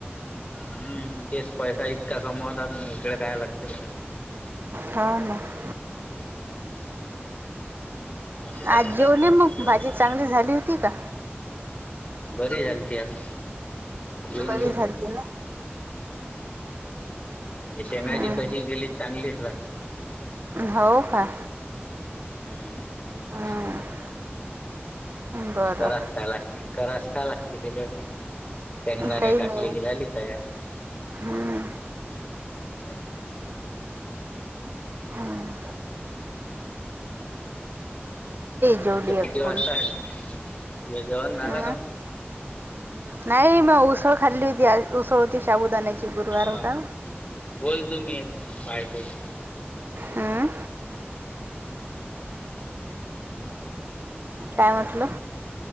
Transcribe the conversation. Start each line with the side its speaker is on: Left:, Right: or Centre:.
Left: हम् तेच पैसा इतका कमवतात मग इकडे काय लक्ष देत
Right: हां हां
Left: असे कार्यक्रम
Right: आज जेवले
Left: आहेत
Right: मग भाजी चांगली झाली होती का?
Left: बरी झाली ती आता जेवून
Right: बरी
Left: घेतो.
Right: झालती ना
Left: शेंगजी
Right: हम्म
Left: कशी गेली चांगलीच लागते.
Right: हो का
Left: <inaudible>
Right: हम्म बरं
Left: करा काय लागते, करा काय लागते, गेले मग. शेंगदाने
Right: काही
Left: टाकले
Right: नाही
Left: की झाली तया.
Right: हम्म
Left: <inaudible>
Right: हम्म जेवली
Left: ते किती
Right: एक पोळी
Left: वाजताये, तुज जेवण झालं
Right: हम्म
Left: का म.
Right: नाही म उसळ खाल्ली होती आज उसळ होती शाबूदाण्याची गुरुवार होता
Left: हा
Right: ना.
Left: <unintelligible>
Right: हम्म काय म्हटलं.